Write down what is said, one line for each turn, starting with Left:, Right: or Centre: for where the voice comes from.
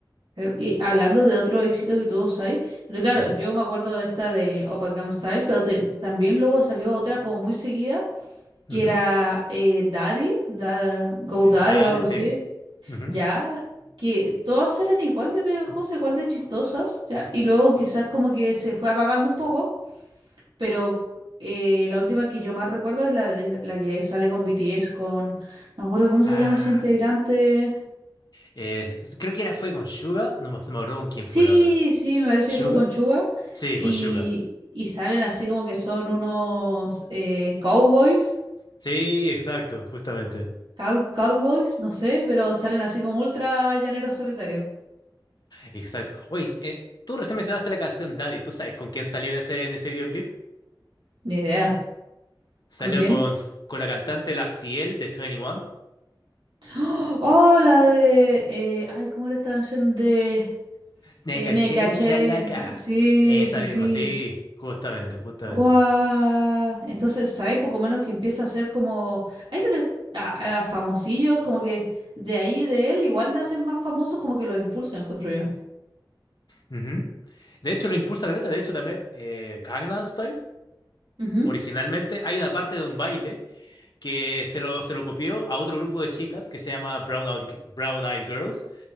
Right: Eh, Y hablando de otro éxito que tuvo Psy, pero claro,
Left: Ujú,
Right: yo me acuerdo de esta del Gangnam Style, pero te- también luego salió otra como muy seguida, que
Left: ujú.
Right: era eh, Daddy, Da- Go Daddy
Left: Dale,
Right: o algo
Left: sí.
Right: así,
Left: ujú.
Right: ya, que todas eran igual de pegajosas, igual de chistosas, ya, y luego quizás como que se fue apagando un poco, pero eh, la última que yo más recuerdo es la, de- la que sale con BTS, con... No me acuerdo cómo se
Left: Ah,
Right: llama ese integrante.
Left: eh, creo que era, fue con Suga, no me, se me acuerdo con quién
Right: Sí,
Left: fue, la verdad.
Right: sí, me parece
Left: ¿Suga?
Right: que fue con Chuga.
Left: Sí,
Right: Y,
Left: con Suga.
Right: y salen así como que son unos eh, cowboys,
Left: Sí, exacto, justamente.
Right: cow- cowboys, no sé, pero salen así como ultra llaneros solitarios.
Left: Exacto. Oye, eh, tú recién mencionaste la canción Daddy. ¿Tú sabes con quién salió en ese, en ese videoclip?
Right: Ni idea.
Left: Salió
Right: ¿Con quién?
Left: con, s- con la cantante La Ciel de Twenty One.
Right: Oh, ¡Oh, la de... eh, ay, ¿cómo era esta canción de...
Left: Nega
Right: eh, me
Left: Chel
Right: caché.
Left: Chalaca.
Right: Sí,
Left: Esa
Right: sí, sí.
Left: misma, sí, justamente, justamente.
Right: Guau. Entonces, ¿sabes? Poco menos que empieza a ser como. Ay, pero. A, a famosillos, como que de ahí de él igual nacen más famosos, como que los impulsa, encuentro yo.
Left: Ujú. De hecho, lo impulsa Greta. De hecho, también eh, Gangnam Style.
Right: Ujú,
Left: Originalmente hay una parte de un baile que se lo, se lo copió a otro grupo de chicas que se llama Brown Eyed, Brown Eyed Girls.